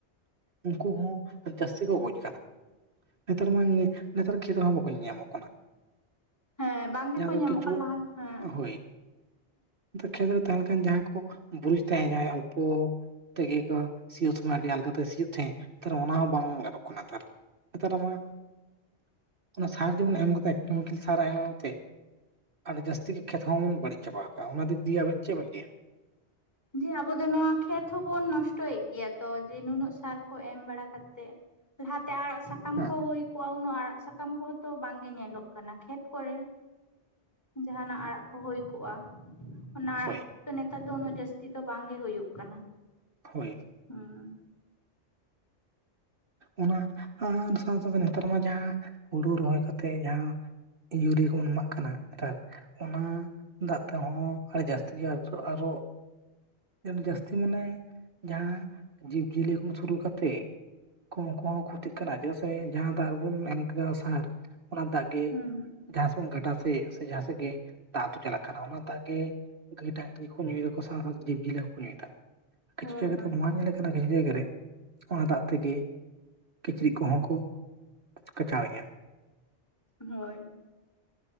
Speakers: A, on the right (about 55°); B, on the left (about 15°).
A: ᱩᱱᱠᱩ ᱦᱚᱸ ᱡᱟᱹᱥᱛᱤ ᱠᱚ ᱜᱚᱡ ᱠᱟᱱᱟ ᱱᱮᱛᱟᱨ ᱢᱟ ᱱᱮᱛᱟᱨ ᱠᱷᱮᱛ ᱨᱮᱦᱚᱸ ᱵᱟᱠᱚ ᱧᱮ ᱧᱟᱢᱚᱜ ᱠᱟᱱᱟ᱾
B: ᱦᱮᱸ ᱵᱟᱝ ᱜᱮᱠᱚ
A: ᱡᱟᱦᱟᱸ ᱫᱚ
B: ᱧᱟᱢᱚᱜ
A: ᱠᱤᱪᱩᱣᱟᱹ
B: ᱠᱟᱱᱟ ᱞᱟᱦᱟ ᱦᱮᱸ
A: ᱦᱳᱭ ᱠᱷᱮᱛ ᱨᱮ ᱛᱟᱦᱮᱸ ᱞᱮᱠᱷᱟᱱ ᱡᱟᱦᱟᱸᱭ ᱠᱚ ᱵᱩᱨᱤᱡ ᱛᱟᱦᱮᱸ ᱡᱟᱸᱦᱟᱭ ᱩᱱᱠᱩ ᱛᱮᱜᱮ ᱠᱚ ᱥᱤᱭᱳᱜ ᱥᱚᱢᱚᱭ ᱟᱹᱰᱤ ᱟᱞᱜᱟᱛᱮ ᱥᱤᱭᱳᱜ ᱛᱟᱦᱮᱸᱜ ᱛᱟᱨ ᱚᱱᱟ ᱦᱚᱸ ᱵᱟᱝ ᱜᱟᱱᱚᱜ ᱠᱟᱱᱟ ᱱᱮᱛᱟᱨ ᱱᱮᱛᱟᱨ ᱢᱟ ᱚᱱᱟ ᱥᱟᱨ ᱡᱮᱢᱚᱱ ᱮᱢ ᱠᱟᱛᱮ ᱠᱮᱢᱤᱠᱮᱞ ᱥᱟᱨ ᱟᱭ ᱢᱟᱢ ᱛᱮ ᱟᱨ ᱡᱟᱹᱥᱛᱤ ᱜᱮ ᱠᱷᱮᱛ ᱦᱚᱸᱵᱚᱱ ᱵᱟᱹᱲᱤᱡ ᱪᱟᱵᱟᱣ ᱠᱟᱜ-ᱟ ᱚᱱᱟ ᱫᱤᱠ ᱫᱤᱭᱮ ᱟᱵᱤᱱ ᱪᱮᱜ ᱵᱮᱱ ᱞᱟᱹᱭᱟ
B: ᱡᱮ ᱟᱵᱚ ᱫᱚ ᱱᱚᱣᱟ ᱠᱷᱮᱛ ᱦᱚᱵᱚᱱ ᱱᱚᱥᱴᱚᱭᱮᱜ ᱜᱮᱭᱟ ᱛᱚ ᱡᱮ ᱱᱩᱱᱟᱹᱜ ᱥᱟᱨ ᱠᱚ ᱮᱢ ᱵᱟᱲᱟ ᱠᱟᱛᱮᱜ᱾ ᱞᱟᱦᱟᱛᱮ ᱟᱲᱟᱜ ᱥᱟᱠᱟᱢ
A: ᱦᱮᱸ
B: ᱠᱚ ᱦᱩᱭ ᱠᱚᱜ-ᱟ ᱩᱱᱟᱹᱜ ᱟᱲᱟᱜ ᱥᱟᱠᱟᱢ ᱠᱚᱦᱚᱸ ᱛᱚ ᱵᱟᱝᱜᱮ ᱧᱮᱞᱚᱜ ᱠᱟᱱᱟ ᱠᱷᱮᱛ ᱠᱚᱨᱮ, ᱡᱟᱦᱟᱱᱟᱜ ᱟᱲᱟᱜ ᱠᱚ ᱦᱳᱭ ᱠᱚᱜ-ᱟ ᱚᱱᱟ ᱟᱲᱟᱜ
A: ᱦᱳᱭ
B: ᱠᱚ ᱱᱮᱛᱟᱨ ᱫᱚ ᱩᱱᱟᱹᱜ ᱡᱟᱹᱥ ᱛᱤ ᱫᱚ ᱵᱟᱝ ᱜᱮ ᱦᱩᱭᱩᱜ ᱠᱟᱱᱟ᱾
A: ᱦᱳᱭ
B: ᱦᱩᱸ
A: ᱚᱱᱟ ᱟᱨ ᱥᱟᱶ ᱥᱟᱶᱛᱮ ᱱᱮᱛᱟᱨ ᱢᱟ ᱡᱟᱦᱟᱸ ᱦᱩᱲᱩ ᱨᱚᱦᱚᱭ ᱠᱟᱛᱮ ᱡᱟᱦᱟᱸ ᱤᱭᱩᱨᱤᱭᱟ ᱠᱚᱵᱚᱱ ᱮᱢᱟᱜ ᱠᱟᱱᱟ ᱱᱮᱛᱟᱨ, ᱚᱱᱟ ᱫᱟᱜ ᱛᱮᱦᱚᱸ ᱟᱹᱰᱤ ᱡᱟᱹᱥᱛᱤ ᱟᱨᱚ ᱡᱟᱹᱥᱛᱤ ᱢᱟᱱᱮ ᱡᱟᱦᱟᱸ ᱡᱤᱵ ᱡᱤᱭᱟᱹᱞᱤ ᱠᱷᱚᱱ ᱥᱩᱨᱩ ᱠᱟᱛᱮᱜ ᱩᱝᱠᱩ ᱩᱝᱠᱩ ᱦᱚᱸ ᱠᱷᱚᱛᱤᱜ ᱠᱟᱱᱟ ᱪᱮᱫᱟᱜ ᱥᱮ ᱡᱟᱦᱟᱸ ᱫᱟᱜ ᱨᱮᱵᱚᱱ ᱮᱢ ᱠᱮᱫᱟ ᱥᱟᱨ, ᱚᱱᱟ ᱫᱟᱜ ᱜᱮ
B: ᱦᱩᱸ ᱦᱩᱸ
A: ᱡᱟᱦᱟᱸ ᱥᱮᱫ ᱵᱟᱝᱚᱱ ᱜᱟᱰᱟ ᱥᱮᱫ ᱥᱮ ᱡᱟᱦᱟᱸ ᱥᱮᱫ ᱜᱮ ᱫᱟᱜᱟᱛᱩ ᱪᱟᱞᱟᱜ ᱠᱟᱱᱟ ᱚᱱᱟ ᱫᱟᱜ ᱜᱮ ᱜᱟᱹᱭ ᱰᱟᱹᱝᱨᱟᱤ ᱦᱚᱸᱠᱚ ᱧᱩᱭ ᱫᱟᱠᱚ ᱠᱚ ᱥᱟᱣ ᱥᱟᱣ ᱛᱮ ᱡᱤᱵᱽ ᱡᱤᱭᱟᱹᱞᱤ ᱦᱚᱸᱠᱚ ᱧᱩᱭ ᱫᱟ ᱠᱤᱪᱩ
B: ᱦᱳᱭ
A: ᱡᱟᱭᱜᱟ
B: ᱦᱳᱭ
A: ᱛᱚ ᱱᱚᱣᱟ ᱧᱮᱞ ᱠᱟᱱᱟ ᱠᱤᱪᱷᱩ ᱡᱟᱭᱜᱟ ᱨᱮ ᱚᱱᱟ ᱫᱟᱜ ᱛᱮᱜᱮ ᱠᱤᱪᱨᱤᱡ ᱠᱚᱦᱚᱸ ᱠᱚ ᱠᱟᱪᱟᱣᱮᱜ-ᱟ᱾
B: ᱦᱳᱭ